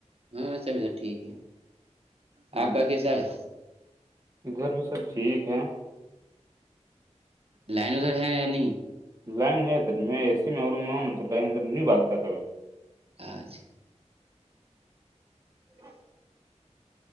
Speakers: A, on the right; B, on the right.
A: ہاں سبھی ٹھیک ہے
B: ہاں
A: آپ
B: جی
A: کا کیسا ہے
B: ادھر بھی سب ٹھیک ہے
A: لائن ادھر ہے یا نہیں
B: لائن ہے میں اسی میں اور روم میں ہوں نا تو لائن نہیں بھگتا کبھی
A: اچھا
B: <inaudible>